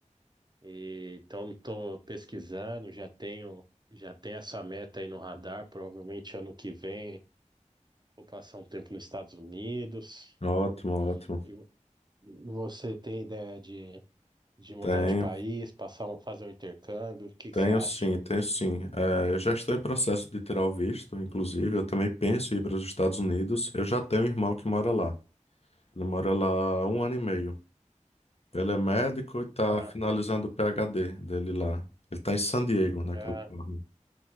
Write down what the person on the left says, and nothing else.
Ótimo, ótimo.
Tenho,
tenho
sim, tenho sim. É, eu já estou em processo de tirar o visto, inclusive. Eu também penso em ir para os Estados Unidos. Eu já tenho um irmão que mora lá. Ele mora lá há um ano e meio. Ele é médico e está
finalizando o PhD dele lá. Ele está em San Diego, na
Califórnia.